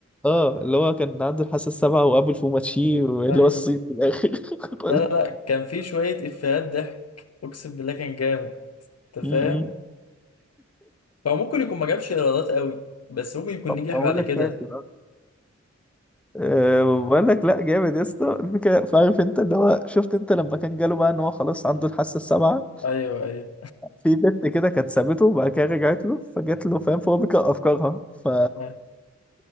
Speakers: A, in the centre; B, on the left.
A: اه اللي هو كان عنده الحاسه السابعه وابو الفوماتشي واللي
B: أيوة.
A: هو الصيت في الاخر <laughs> ولا-
B: لا لا لا كان في شوية افيهات ضحك اقسم بالله كان جامد انت
A: م-
B: فاهم
A: م.
B: هو ممكن يكون ما جابش ايرادات قوي بس ممكن يكون
A: طب
B: نجح
A: بقول
B: بعد
A: لك
B: كده
A: كاسب أصلاً. أه بقول لك لا جامد يا اسطى الفكره فعارف انت اللي هو شفت انت لما كان جاله بقى ان هو خلاص عنده الحاسه السابعه
B: ايوه ايوه
A: في بنت كده كانت سابته وبعد كده رجعت له فجات له فاهم فهو بيقرا افكارها ف
B: <laughs>